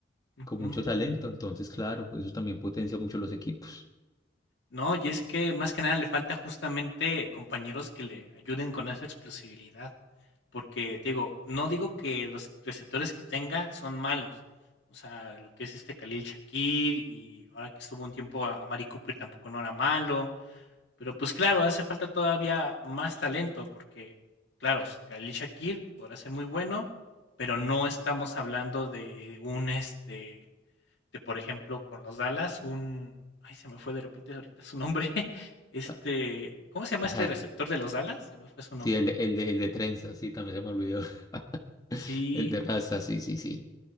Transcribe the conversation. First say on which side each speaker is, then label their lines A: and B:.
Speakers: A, on the left; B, on the left.
A: ujú.
B: con mucho talento. Entonces, claro, eso también potencia mucho los equipos.
A: No, y es que más que nada le falta justamente compañeros que le ayuden con esa explosibilidad, porque te digo, no digo que los receptores que tenga son malos, o sea, lo que es este Khalil Shakir y ahora que estuvo un tiempo a a Mari Cooper tampoco no era malo, pero pues claro, hace falta todavía más talento, porque claro, Khalil Shakir podrá ser muy bueno, pero no estamos hablando de un este de, por ejemplo, con los Dallas, un. Ay, se me fue de repente ahorita su nombre. <laughs> Este.
B: Ah,
A: ¿Cómo se llama
B: ajá.
A: este receptor de los Dallas? Se me fue su nombre.
B: Sí, el de, el de, el de trenza, sí, también se me olvidó. <laughs>
A: Sí.
B: El de raza, sí, sí, sí.